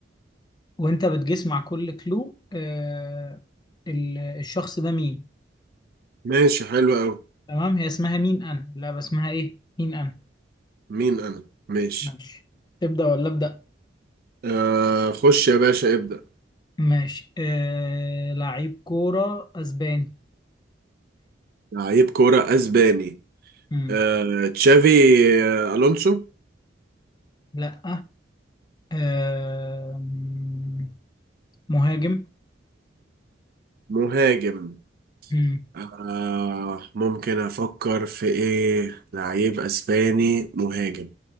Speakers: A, on the left (about 25°); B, on the right (about 55°).
A: وانت بتجس مع كل كلو آه... ال... الشخص ده مين
B: ماشي حلو قوي
A: تمام هي اسمها مين انا اللعبه اسمها ايه مين انا
B: مين انا ماشي
A: ماشي تبدا ولا ابدا
B: آه خش يا باشا ابدأ
A: ماشي آه... لعيب كوره اسباني
B: لعيب كورة اسباني
A: مم.
B: آه تشافي آه، الونسو
A: لا آم، مهاجم
B: مهاجم
A: مم.
B: آه ممكن افكر في ايه لعيب اسباني مهاجم